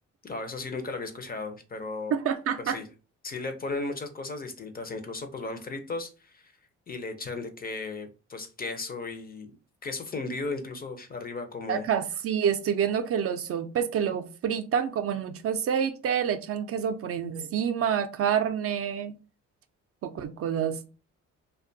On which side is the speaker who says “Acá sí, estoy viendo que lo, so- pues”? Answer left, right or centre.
Right